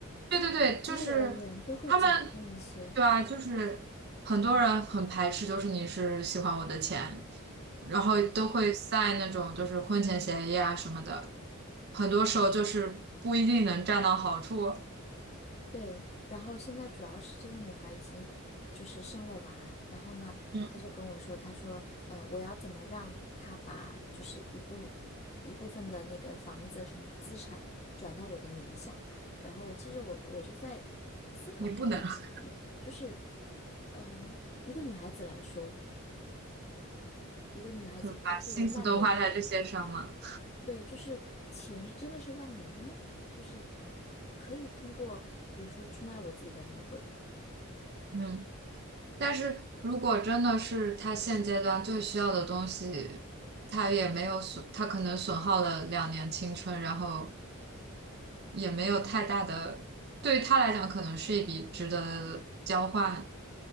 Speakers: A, on the right (about 50°); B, on the left (about 30°).
A: 对对对，就是他们，
B: 对而言都会谨慎一些。
A: 对啊，就是很多人很排斥，就是你是喜欢我的钱，然后都会 s 那种就是婚前协议啊什么的，很多时候就是不一定能占到好处，
B: 对，然后现在主要是这个女孩已经就是生了娃，然后呢，
A: 嗯，
B: 她就跟我说，她说，呃，我要怎么让她把就是一部一部分的那个房子什么资产转到我的名下。然后其实我我就在思考这个问题，
A: 你不能 <laughs>
B: 就是，嗯，一个女孩子来说。一个女孩子，
A: 就是把心思都花在这些上嘛，
B: 比如说作为难民，对，就是钱真的是万能的吗？就是可以通过，比如说出卖我自己的灵魂，
A: 嗯。但是如果真的是他现阶段最需要的东西，他也没有损，他可能损耗了两年青春，然后也没有太大的，对于他来讲可能是一笔值得交换。